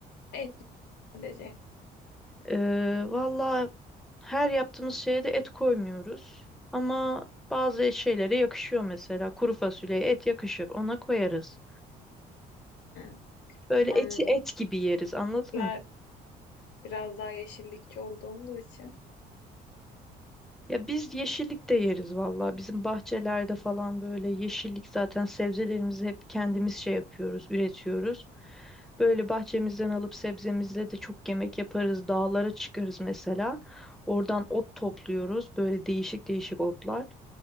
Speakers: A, on the left (about 85°); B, in the centre.
A: Et sadece.
B: Ee, valla her yaptığımız şeye de et koymuyoruz. Ama bazı şeylere yakışıyor mesela. Kuru fasulyeye et yakışır, ona koyarız.
A: Hmm.
B: Böyle
A: Anladım.
B: eti et gibi yeriz, anladın
A: Bizler
B: mı?
A: Biraz daha yeşillikçi olduğumuz için.
B: Ya biz yeşillik de yeriz valla. Bizim bahçelerde falan böyle yeşillik zaten sebzelerimizi hep kendimiz şey yapıyoruz, üretiyoruz. Böyle bahçemizden alıp sebzemizle de çok yemek yaparız. Dağlara çıkarız mesela. Oradan ot topluyoruz. Böyle değişik değişik otlar.